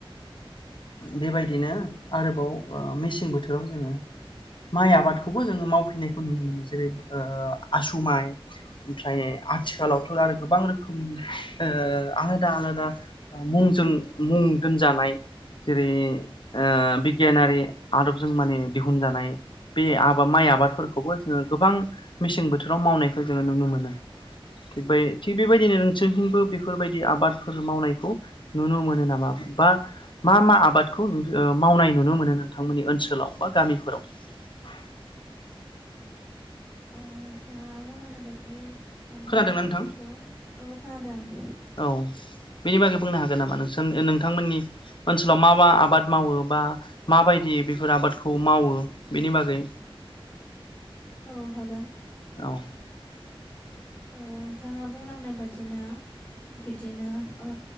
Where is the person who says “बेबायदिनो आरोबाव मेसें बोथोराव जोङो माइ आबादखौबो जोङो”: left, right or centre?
Left